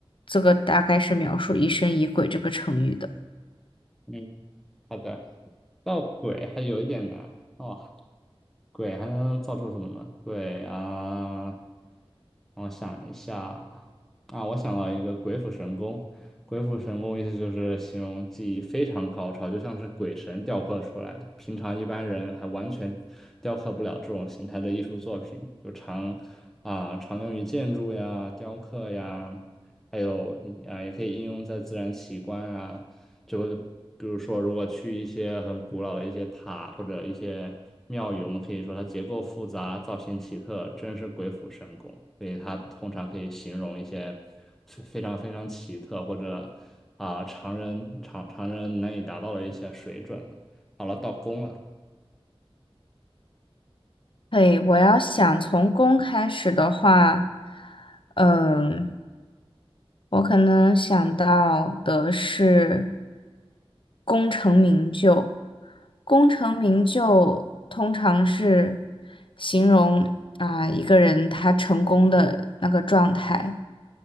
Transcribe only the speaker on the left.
这个大概是描述疑神疑鬼这个成语的。
对，我要想从公开始的话，嗯，我可能想到的是功成名就。功成名就通常是形容啊、一个人他成功的那个状态。